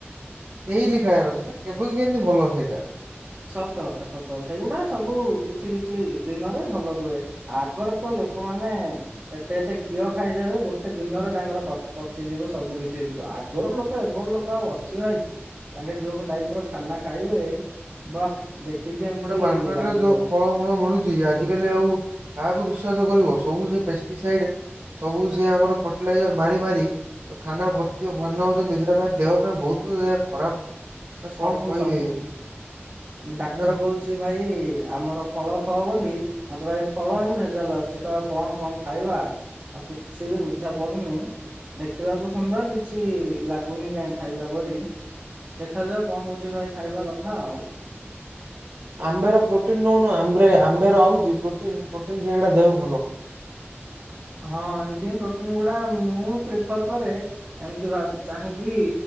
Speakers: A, on the right; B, on the right.
A: ଡେଲି ଖାଇବାର ଅଛି। ସେଇଟା କେବେ କି କେମତି ଭଲ ସେଇଟା।
B: ସତ କଥା ସତ ସେଇଗୁଡା ସବୁ କିଛି କିଛି ଦିନରେ ଭଲ ରୁହେ ଆଗରେ ତ ଲ ଲୋକମାନେ ଏତେ ଏତେ ଘିଅ ଖାଇଦେବେ ଗୋଟେ ଦିନରେ ତାଙ୍କର ପ ପଚିଯିବ ସବୁ କିଛି ହେଇଯିବ। ଆଗର ଲୋକ ଏବେର ଲୋକ ଆଉ ଅଛି ଭାଇ ତାଙ୍କେ ଯୋଉ ଟାଇପ ର ଖାନା ଖାଇବେ ବା। ଦେଖିକି ଏମିତି
A: ଏପଟେ ମାର୍କେଟ
B: ଲାଗିବ
A: ରେ ଯୋଉ ଫଳମୂଳ ମିଳୁଛି, ଆଜିିକାଲି ଆଉ କାହାକୁ ବିଶ୍ଵାସ କରିବ ସବୁ ସେ ପେଷ୍ଟିସାଇଡ ସବୁ ସେ ଆମର ଫର୍ଟିଲାଇଜର ମାରି ମାରି ଖାନା ଭର୍ତ୍ତିଆ ବନଉଛନ୍ତି ସେଟା ପାଇଁ ଦେହ ପାଇଁ ବହୁତ ଖରାପ
B: ସବୁ
A: କଣ କହିବେ
B: ସବୁ ଡାକ୍ତର
A: ମାନେ
B: କହୁଚି ଭାଇ ଏଇ ଆମର ଫଳ ଖାଓ ବୋଲି ମତେ ଏ ଫଳ, ହିଁ ଭେଜାଲ ଆସୁଚି ତ ଆଉ କଣ କଣ ଖାଇବା? ଆଉ କିଛି ବି ବୁଝାପଡୁନି। ଦେଖିବାକୁ ସୁନ୍ଦର କିଛି ଲାଗୁନି କାହିଁ ଖାଇଲା ପରି ଦେଖାଯାଉ କଣ ହଉଛି ଭାଇ ଖାଇବା କଥା ଆଉ।
A: ଆମ୍ବେର ପ୍ରୋଟିନ ନଉନୁ ଆମବ୍ରେ ଆମ୍ବେ ଆଉଛି, ପ୍ରୋଟିନ ପ୍ରୋଟିନ ସେଗୁଡା ଦେହ ଭଲ।
B: ହଁ ଏମିତି ହିଁ ପ୍ରୋଟିନ ଗୁଡା ମୁଁ ପ୍ରିଫର କରେ ଏମିତି ବା ଚାହିଁକି।